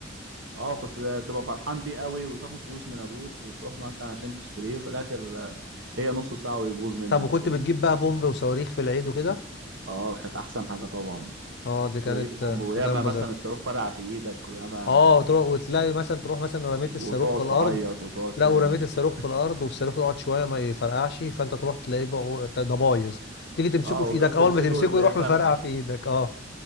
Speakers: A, on the right; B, on the left.
A: اه كنت تبقى فرحان بيه قوي وتاخد فلوس من ابوك وتروح مثلا عشان تشتريه وفي الاخر آه، هي نص ساعه ويبوظ منك
B: طب وكنت
A: اساسا
B: بتجيب بقى بومب وصواريخ في العيد وكده
A: اه كانت احسن حاجه طبعا
B: اه دي كانت
A: تبقى جيب بومب وياما
B: كانت ايام فظيعه
A: مثلا الصاروخ فرقع في ايدك وياما
B: اه تروح وتلاقي مثلا تروح مثلا رميت
A: وتقعد
B: الصاروخ في الارض
A: تعيط وتقعد
B: لا
A: تعمل
B: ورميت الصاروخ في الارض والصاروخ يقعد شويه ما يفرقعش فانت تروح تلاقيه بقى ده بايظ تيجي تمسكه
A: اه
B: في
A: وتروح
B: ايدك
A: تمسكه
B: اول ما تمسكه
A: وتلاقيه
B: يروح
A: فرقع
B: مفرقع في ايدك اه